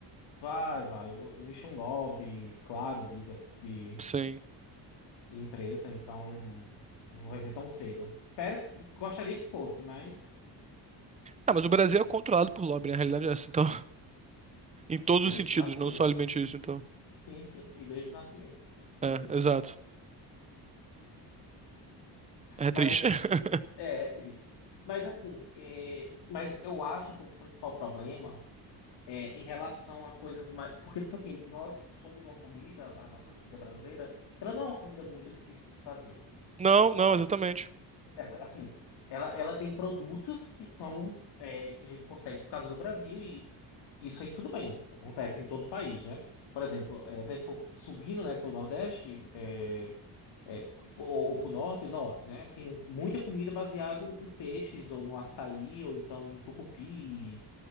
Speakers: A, on the left; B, on the right.
A: Vai, vai. o- Existe um lobby, claro, de, desse- de,
B: <laughs> Sim.
A: de empresa, então não vai ser tão cedo. Espero que, gostaria que fosse, mas
B: Ah, mas o Brasil é controlado por lobby, na realidade é essa, então. <laughs> Em todos
A: desde
B: os sentidos,
A: o nascimento.
B: não só alimentício,
A: <laughs>
B: então.
A: Sim, sim, e desde o nascimento. <laughs> Oh,
B: É,
A: meu Deus.
B: exato. É
A: Mas
B: triste. <laughs>
A: é, é triste. Mas assim, é, mas eu acho que o principal problema É, em relação a coisas mais. Porque, tipo assim, nós somos uma comida, a nossa comida brasileira, ela não é uma comida muito difícil de se fazer,
B: Não,
A: sabe?
B: não, exatamente.
A: Essa, assim, ela, ela tem produtos que são. é, que a gente consegue por causa do Brasil e isso aí tudo bem, acontece em todo o país, né? Por exemplo, é, se a gente for subindo, né, pro Nordeste, é, é, ou, ou pro Norte, Norte, né? Tem muita comida baseada em peixes, ou no açaí, ou então em tucupi